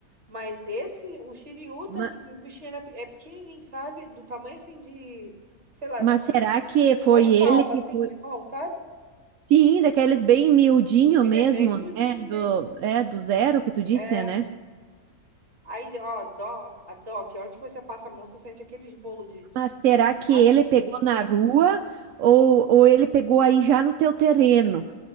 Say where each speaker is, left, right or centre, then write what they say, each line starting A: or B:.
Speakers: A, on the right (about 50°); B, on the right (about 65°).
A: Mas esse, o Shiryu, tadinho,
B: Ma-
A: o bichinho era, pe- é pequenininho, sabe? Do tamanho assim de sei lá,
B: Mas, será que foi
A: Duas palmas,
B: ele que
A: assim,
B: foi?
A: de mão, sabe?
B: Sim, daqueles bem miudinho
A: Ele
B: mesmo,
A: é bem miudinho
B: né? Do,
A: mesmo.
B: é, do zero que tu disse,
A: É.
B: né?
A: Aí, ó, dó, a DOC, onde que você passa a mão, você sente aqueles bolos de, de,
B: Mas
A: de
B: será
A: bicho,
B: que
A: sabe?
B: ele pegou na rua ou, ou ele pegou aí já no teu terreno?